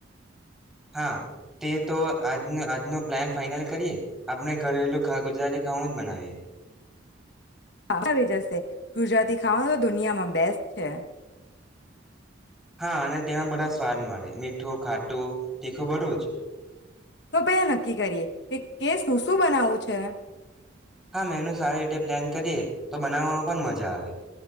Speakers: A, in the centre; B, on the left.
A: હા તે તો આજ આજનો પ્લાન ફાઈનલ કરીએ આપણે ઘરેલું ગુજરાતી ખાવાનું જ બનાવીએ.
B: હ આવી જશે ગુજરાતી ખાવાનું તો દુનિયામાં બેસ્ટ છે.
A: હા અને તેમાં બધા સ્વાદ મળે મીઠું ખાટું તીખું બધું જ
B: તો પે નક્કી કરીએ કે કેસ શું શું બનાવવું છે.
A: હા મેનુ સારી રીતે પ્લાન કરીએ તો બનાવવામાં પણ મજા આવે.